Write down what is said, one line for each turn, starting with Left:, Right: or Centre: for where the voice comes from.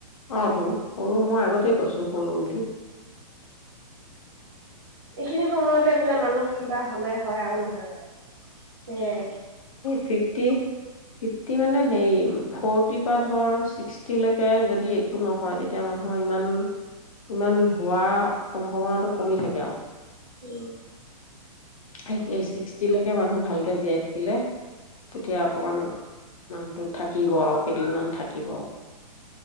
Left: অ তুন সৰু মই আগতেই কৈছো। সৰু বুলি।
Right: এইখিনি সময়তে বোলে মানুহৰ কিবা হ'লে হয় আৰু নহয় আৰু। সেয়াই
Left: ফিফটি ফিফটি মানে সেই ফৰটি পা ধৰ ছিক্সটিলৈকে যদি একো নহয় তেতিয়া মানুহৰ ইমান ইমান হোৱা সম্ভাৱনাটো কমি থাকে আৰু
Right: উ
Left: এই ছিক্সটিলৈকে মানুহ ভালকে জীয়াই থাকিলে তেতিয়া অকমান মানুহটো থাকিব আৰু কেইদিনমান থাকিব আৰু